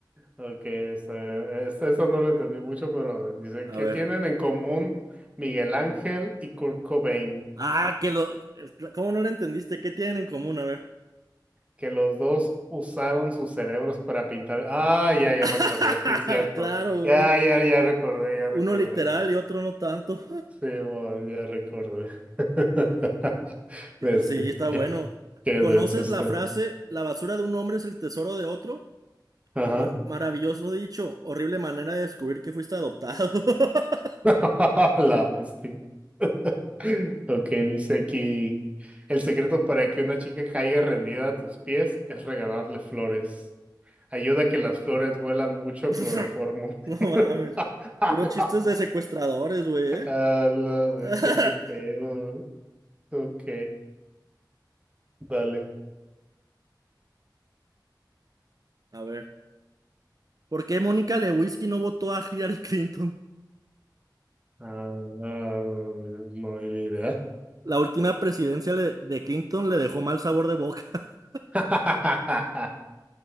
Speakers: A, on the right; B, on the right.
A: Ok, está- esta- esto no lo entendí mucho, pero a ver, dice,
B: A
A: ¿qué
B: ver.
A: tienen en común Miguel Ángel y Kurt Cobain?
B: Ah, que lo... ¿Cómo no lo entendiste? ¿Qué tienen en común? A ver.
A: Que los dos usaron sus cerebros para pintar. Ah, ya, ya
B: <laughs>
A: me acordé, sí, cierto.
B: Claro,
A: Ya,
B: güey.
A: ya, ya recordé, ya recordé.
B: Uno literal y otro no tanto. <laughs>
A: Sí, bueno, ya recordé. <laughs> Bestia,
B: Sí, está bueno.
A: qué, qué
B: ¿Conoces
A: denso está.
B: la frase, la basura de un hombre es el tesoro de otro?
A: Ajá.
B: Ma- maravilloso dicho, horrible manera de descubrir que fuiste adoptado. <laughs>
A: <laughs> La bestia. <laughs> Lo que dice aquí, el secreto para que una chica caiga rendida a tus pies es regalarle flores. Ayuda a que las flores huelan mucho
B: <laughs>
A: cloroformo.
B: No
A: <laughs>
B: mames.
A: A
B: Puro
A: la
B: chistes
A: vez.
B: de secuestradores, güey, ¿eh?
A: A la
B: <laughs>
A: vez, qué pedo. Ok, dale.
B: A ver. ¿Por qué Mónica Lewinsky no votó a Hillary Clinton?
A: Ah, no hay ni idea.
B: La última presidencia le- de Clinton le dejó mal sabor de boca. <laughs>
A: <laughs>